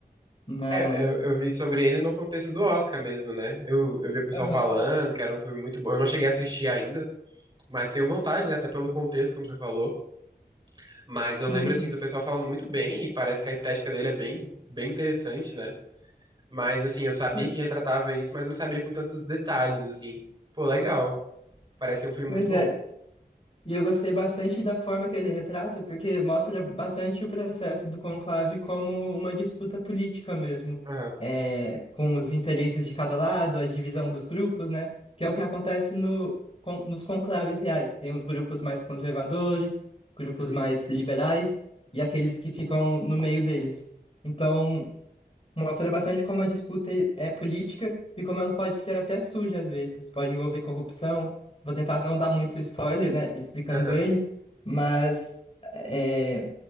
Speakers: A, on the left (about 35°); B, on the right (about 30°).
A: Mas.
B: é, eu, eu vi sobre ele no contexto do Oscar mesmo, né? Eu, eu vi o pessoal
A: Aham,
B: falando que era um filme muito bom. Eu não cheguei a assistir ainda, mas tenho vontade, né? Até pelo contexto, como você falou. Mas eu
A: sim,
B: lembro, assim,
A: sim.
B: do pessoal falando muito bem e parece que a estética dele é bem, bem interessante, né? Mas, assim, eu sabia
A: Pois
B: que retratava isso, mas eu não sabia com tantos detalhes, assim. Pô, legal. Parece ser um filme
A: pois
B: muito bom.
A: é, E eu gostei bastante da forma que ele retrata, porque mostra bastante o processo do conclave como uma disputa política mesmo,
B: Aham.
A: é, com os interesses de cada lado, a divisão dos grupos, né? Que é o que acontece no, com- nos conclaves reais. Tem os grupos mais conservadores, grupos
B: Uhum.
A: mais liberais e aqueles que ficam no meio deles. Então, Mostra bastante como a disputa é política e como ela pode ser até suja às vezes, pode envolver corrupção. Vou tentar não dar muito spoiler, né, explicando
B: Aham.
A: ele, mas é,